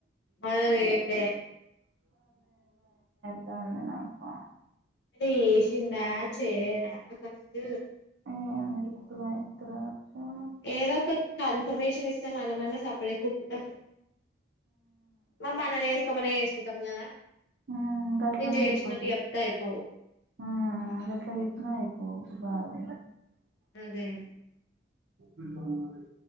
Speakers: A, on the left; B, on the right.
A: అదే రేపే
B: తుంది నాకు
A: చేసిండా చేయరా ఫస్ట్
B: ఏం ఇరుకులు అయితరో సార్
A: ఏదో ఒకట కన్ఫర్మేషన్ ఇస్తే మనమన్నా స <unintelligible> కద మరి చేస్కో ఏమన్న చేస్కో కుతం కదా
B: హమ్ గట్లానే
A: నేను చేసినట్టు
B: అయిపోచ్చు
A: చెప్తే అయిపోవు
B: హమ్ గట్ల చెప్పిన అయిపోవ్ బాగా
A: అదే
B: ఎందుకు